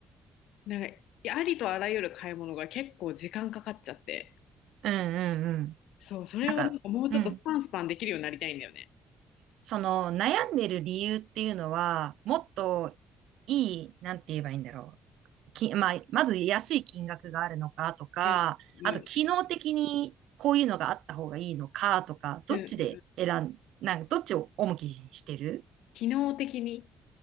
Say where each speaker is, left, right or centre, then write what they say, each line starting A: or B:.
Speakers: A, on the left (about 85°); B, on the right (about 85°).
A: なんか、ありとあらゆる買い物が結構時間かかっちゃって、
B: うん、
A: そう、それをなんかもうちょっとスパンスパンできるようになりたいんだよね。
B: なんか、うん、なんかうん、その悩んでる理由っていうのは、もっといい、なんて言えばいいんだろう。き、まあ、まず安い金額があるのかとか、
A: うん、うん、
B: あと機能的にこういうのがあった方がいいのかとか、どっちで選ん、
A: うん、うん。
B: なんかどっちを重きにしてる
A: 機能的に、